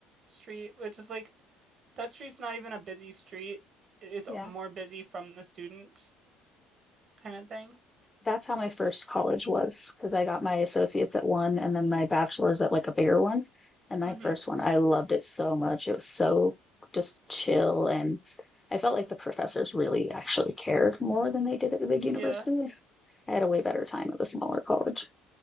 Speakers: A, on the right; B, on the left.
A: street, which is like that street's not even a busy street. It's
B: Yeah.
A: more busy from the students kind of thing.
B: That's how my first college was because I got my associates at one and then my bachelor's at like a bigger one. And my
A: hmm
B: first one, I loved it so much. It was so just chill and I felt like the professors really actually cared more than they did at the big
A: Yeah.
B: university. I had a way better time at the smaller college.